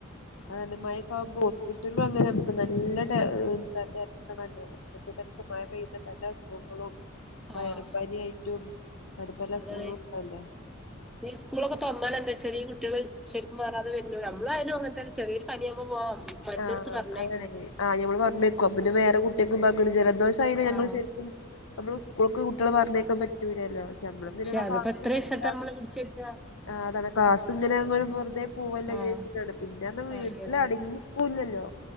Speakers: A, on the left; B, in the centre.
A: ആന്നെ മഴക്കാവുമ്പോ ഹോസ്പിറ്റലും അങ്ങനെ നമുക്ക് നല്ല തിരക്കാ ണല്ലോ <unintelligible> മഴ പെയ്ത പല അസുഖങ്ങളും വയറൽ
B: ആഹ്
A: പനി യായിട്ടും പല പല
B: അതാണ്
A: അസുഖങ്ങളുണ്ടല്ലോ
B: ഈ സ്കൂളൊക്കെ തൊർന്നാലന്താച്ചാൽ ഈ കുട്ടികള് ശരിക്കും മാറാത വര്നോലും നമ്മളായാലും അങ്ങനത്തെന്നെ ചെറിയരു പനിയാക്മ്പോ പോവാം മരുന്ന്
A: ആഹ
B: കൊടുത്ത് പറഞ്ഞയക്കും
A: അതാണേ ആ ഞമ്മൾ പറഞ്ഞേക്കും പിന്നെ വേറെ കുട്ടികൾക്കും പകരും ജലദോഷ <unintelligible>
B: ആഹ്
A: ശരിക്കും നമ്മള് സ്കൂൾക്ക് കുട്ടികള് പറഞ്ഞേക്കാൻ പറ്റൂല്ലല്ലോ <unintelligible>
B: പക്ഷെ അതിപ്പോ എത്ര ദിവസായിട്ടാ നമ്മള് പിടിച്ചേക്കുക
A: ആ അതാണ് ക്‌ളാസ് ഇങ്ങനെ ങ്ങ വെറുതെ പോവല്ലോജാരിച്ചിട്ടാണ്
B: ആഹ്
A: പിന്നെറഞ്ഞാ
B: അതെ
A: വീട്ടിൽ
B: അതെ
A: അടങ്ങി ല്ലല്ലോ